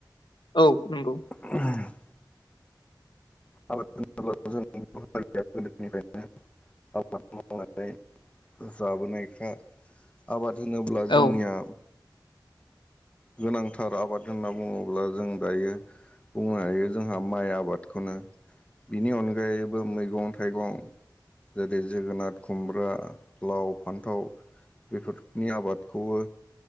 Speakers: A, on the left (about 80°); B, on the left (about 15°).
A: औ नंगौ।
B: <inaudible> आबाद' जों गोदोनिफ्रायनो आबाद मावनानै जाबोनायखा आबाद होनोब्ला जोंनिया
A: औ
B: गोनांथार आबाद होनना बुङोब्ला जों दायो बुंनो हायो जोंहा माइ आबादखौनो बिनि अनगायैबो मैगं थाइगं जेरै जोगोनार खुमब्रा लाव फान्थाव बेफोरनि आबादखौबो